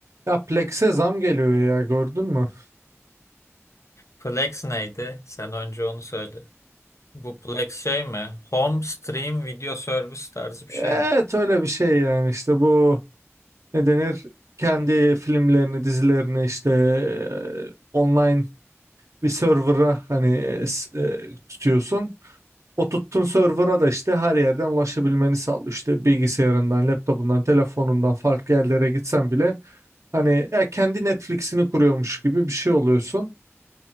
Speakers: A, on the right; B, on the left.
A: Ya Plex'e zam geliyor ya gördün mü?
B: Plex neydi? Sen önce onu söyle. Bu Plex şey mi? Home Stream Video Service tarzı bir
A: Evet
B: şey mi?
A: öyle bir şey yani işte bu ne denir? Kendi filmlerini, dizilerini işte e, online bir server'a hani e, s- e, tutuyorsun. O tuttuğun server'a da işte her yerden ulaşabilmeni sağlıyor. İşte bilgisayarından, laptopundan, telefonundan farklı yerlere gitsen bile hani ya kendi Netflix'ini kuruyormuş gibi bir şey oluyorsun.